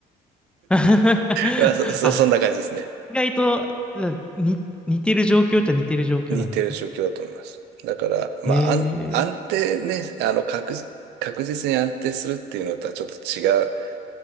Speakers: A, in the centre; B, on the right.
A: <laughs>
B: まあそ、<laughs> そそんな感じですね。
A: あ、意外と、あに、似てる状況っちゃ似てる状況なんですね。
B: 似てる状況だと思います。だから、まあ安、
A: へえ、
B: 安定ね、あの、確実、確実に安定するっていうのとはちょっと違